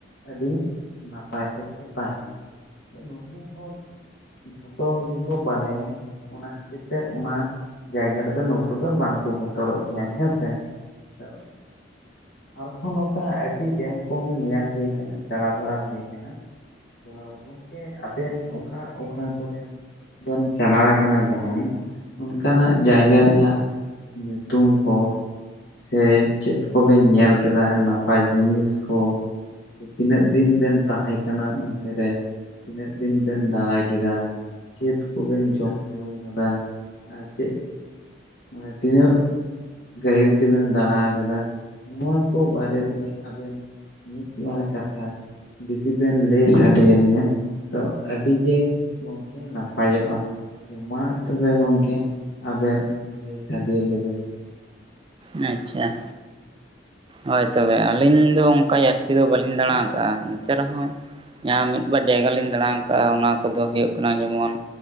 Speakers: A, on the left; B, on the right.
A: ᱟᱹᱰᱤ ᱼᱼ ᱱᱟᱯᱟᱭ ᱛᱮᱜᱮ ᱠᱚ ᱛᱟᱦᱮᱱᱟ ᱛᱚ ᱱᱩᱠᱩ ᱦᱚᱲ ᱫᱚ ᱼᱼ ᱡᱷᱚᱛᱚ ᱜᱮᱠᱚ ᱵᱟᱰᱟᱭᱟ ᱼᱼ ᱚᱱᱟ ᱠᱷᱟᱹᱛᱤᱨ ᱛᱮ ᱚᱱᱟ ᱡᱟᱭᱜᱟ ᱨᱮᱫᱚ ᱱᱩᱠᱩ ᱫᱚ ᱵᱟᱝᱠᱚ ᱼᱼ ᱵᱚᱛᱚᱨᱚᱜ ᱜᱮᱭᱟ ᱦᱮᱸ ᱥᱮ ᱛᱚ ᱼᱼ ᱟᱨᱦᱚᱸ ᱱᱚᱠᱟ ᱟᱹᱰᱤ ᱰᱮᱢ ᱠᱚᱦᱚᱸ ᱧᱮᱞ ᱦᱩᱭ ᱠᱟᱱᱟ ᱪᱟᱞᱟ ᱵᱟᱲᱟ ᱦᱩᱭᱩ ᱠᱟᱱᱟ ᱾ ᱛᱚ ᱜᱚᱝᱠᱮ ᱟᱵᱮᱱ ᱚᱠᱟ ᱚᱠᱟ ᱠᱚᱨᱮ ᱼᱼ ᱵᱮᱱ ᱪᱟᱞᱟ ᱟᱠᱟᱱᱟ ᱫᱟᱬᱟᱱ ᱚᱱᱠᱟᱱᱟᱜ ᱡᱟᱭᱜᱟ ᱨᱮᱭᱟᱜ ᱼᱼ ᱧᱩᱛᱩᱢ ᱠᱚ ᱼᱼ ᱥᱮ ᱪᱮᱫ ᱠᱚᱵᱮᱱ ᱧᱮᱞ ᱠᱮᱫᱟ ᱱᱟᱯᱟᱭ ᱡᱤᱱᱤᱥ ᱠᱚ ᱼᱼ ᱥᱮ ᱛᱤᱱᱟᱹᱜ ᱫᱤᱱ ᱵᱮᱱ ᱛᱟᱦᱮᱸ ᱠᱟᱱᱟ ᱚᱱᱛᱮ ᱨᱮ? ᱛᱤᱱᱟᱹᱜ ᱫᱤᱱ ᱵᱮᱱ ᱫᱟᱬᱟ ᱠᱮᱫᱟ? ᱪᱮᱫ ᱠᱚᱵᱮᱱ ᱡᱚᱢ ᱧᱩ ᱠᱟᱫᱟ ᱟᱨ ᱪᱮᱫ ᱼᱼ ᱢᱟᱱᱮ ᱛᱤᱱᱟᱹᱜ ᱜᱟᱹᱦᱤᱨ ᱛᱮᱵᱮᱱ ᱫᱟᱬᱟ ᱟᱠᱟᱫᱟ ᱱᱚᱣᱟ ᱠᱚ ᱵᱟᱨᱮ ᱼᱼ ᱛᱮ ᱟᱵᱮᱱ ᱢᱤᱫ ᱵᱟᱨ ᱠᱟᱛᱷᱟ ᱡᱩᱫᱤ ᱵᱮᱱ ᱞᱟᱹᱭ ᱥᱟᱰᱮ ᱟᱹᱞᱤᱧᱟ ᱼᱼ ᱛᱚ ᱟᱹᱰᱤ ᱜᱮ <unintelligible> ᱜᱮ ᱱᱟᱯᱟᱭᱚᱜᱼᱟ ᱛᱚ ᱢᱟ ᱛᱚᱵᱮ ᱜᱚᱝᱠᱮ ᱟᱵᱮᱱ ᱞᱟᱹᱭ ᱥᱟᱰᱮ ᱟᱞᱮᱵᱮᱱ ᱾
B: ᱟᱪᱪᱷᱟ ᱾ ᱦᱳᱭ ᱛᱚᱵᱮ ᱟᱹᱞᱤᱧ ᱫᱚ ᱚᱱᱠᱟ ᱡᱟᱹᱥᱛᱤ ᱫᱚ ᱵᱟᱹᱞᱤᱧ ᱫᱟᱬᱟ ᱟᱠᱟᱜᱼᱟ ᱮᱱᱛᱮ ᱨᱮᱦᱚᱸ ᱼᱼ ᱡᱟᱦᱟᱸ ᱢᱤᱫ ᱵᱟᱨ ᱡᱟᱭᱜᱟ ᱞᱤᱧ ᱫᱟᱬᱟ ᱟᱠᱟᱜᱼᱟ ᱚᱱᱟ ᱠᱚᱫᱚ ᱦᱩᱭᱩᱜ ᱠᱟᱱᱟ ᱡᱮᱢᱚᱱ